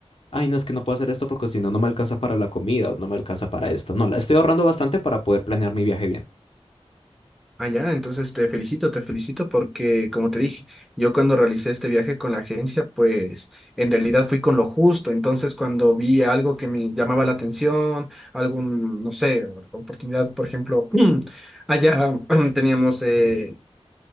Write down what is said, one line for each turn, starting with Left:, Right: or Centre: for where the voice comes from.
Left: ay, no, es que no puedo hacer esto porque si no, no me alcanza para la comida o no me alcanza para esto. No, la- estoy ahorrando bastante para poder planear mi viaje bien.
Centre: Allá, entonces te felicito, te felicito porque como te dije, yo cuando realicé este viaje con la agencia, pues en realidad fui con lo justo, entonces cuando vi algo que me llamaba la atención, algún, no sé, oportunidad, por ejemplo, <clears throat> allá <clears throat> teníamos... eh,